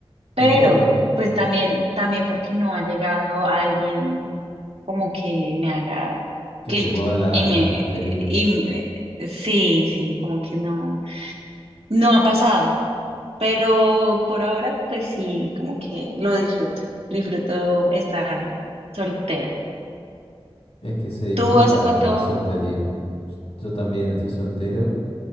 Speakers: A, on the right (about 80°); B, on the left (about 85°).
A: Pero
B: Entiendo
A: pues también, también porque no ha llegado alguien como que me haga
B: que
A: clic
B: te mueva la,
A: y me,
B: la estantería.
A: y me- sí, sí, como que no, no ha pasado. Pero por ahora, pues sí, como que lo disfruto. Disfruto estar soltera.
B: Es que se disfruta
A: ¿Tú hace cuánto?
B: la, la soltería. Yo también estoy soltero